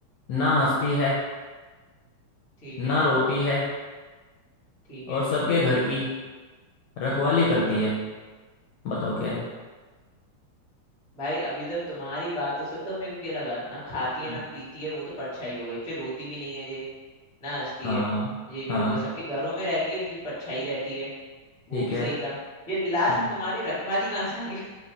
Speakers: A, on the left (about 75°); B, on the left (about 35°).
A: ना हंसती है
B: ठीक
A: ना
B: है
A: रोती है
B: ठीक
A: और
B: है
A: सबके घर की रखवाली करती
B: हाँ
A: है बताओ क्या है
B: भाई अभी तक तुम्हारी बातों से बताओ मेरे को क्या लगा ना खाती
A: हम्म।
B: है ना पीती है वो तो परछाई हो गई फिर रोती भी नहीं है ये ना हंसती
A: हाँ
B: है ये भी
A: हाँ
B: हो गई सबके घरों में रहती है तो ये परछाई रहती है वो
A: ठीक
B: भी
A: है
B: सही था ये लास्ट
A: हम्म
B: में तुम्हारी रखवाली कहाँ से आ गया